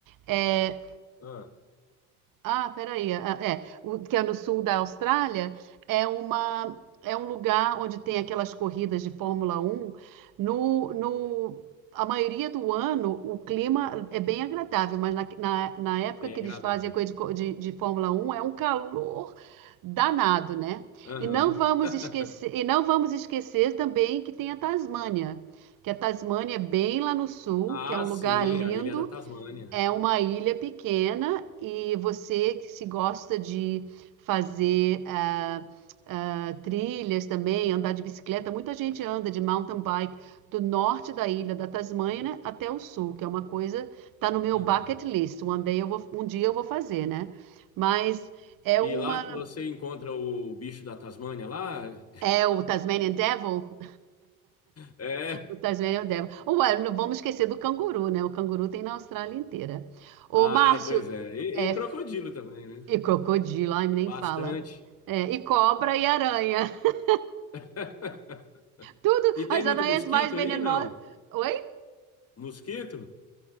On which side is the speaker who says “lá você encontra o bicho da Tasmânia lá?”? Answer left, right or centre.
Left